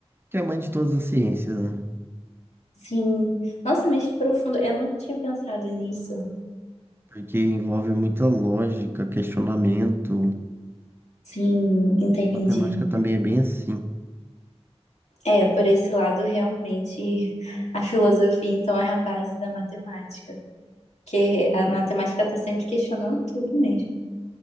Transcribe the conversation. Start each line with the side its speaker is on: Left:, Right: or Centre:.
Right: que é a mãe de todas as ciências, né?
Left: Sim. Nossa, mas que profundo. Eu não tinha pensado nisso.
Right: Porque envolve muita lógica, questionamento.
Left: Sim, entendi.
Right: Matemática também é bem assim.
Left: É, por esse lado, realmente, a filosofia, então, é a base da matemática. Porque a matemática está sempre questionando tudo mesmo.